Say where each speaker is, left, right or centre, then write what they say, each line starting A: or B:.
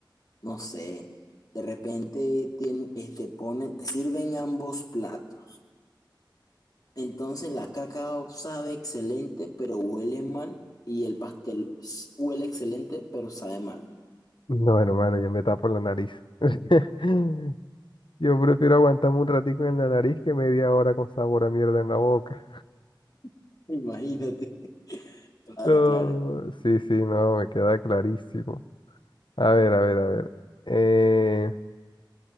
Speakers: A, on the left (about 50°); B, on the left (about 75°).
A: no sé, de repente tien- este, pone, te sirven ambos platos. Entonces la caca sabe excelente pero huele mal y el pastel s- huele excelente pero sabe mal.
B: No, hermano, yo me tapo la nariz. <laughs> Yo prefiero aguantarme un ratico en la nariz que media hora con sabor a mierda en la boca.
A: <laughs> Imagínate. Claro,
B: No,
A: claro.
B: sí, sí, no, me queda clarísimo. A ver, a ver, a ver. Eh,